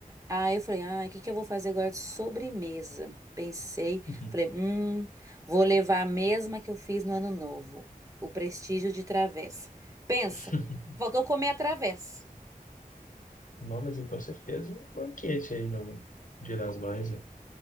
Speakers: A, on the right (about 20°); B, on the left (about 60°).
A: Aí eu falei, ah, o que que eu vou fazer agora de sobremesa? Pensei,
B: Uhum.
A: falei, hum, vou levar a mesma que eu fiz no Ano Novo, o prestígio de travessa. Pensa,
B: <laughs>
A: faltou comer a travessa.
B: Não, mas então você fez um banquete aí, não? Dia das Mães, né?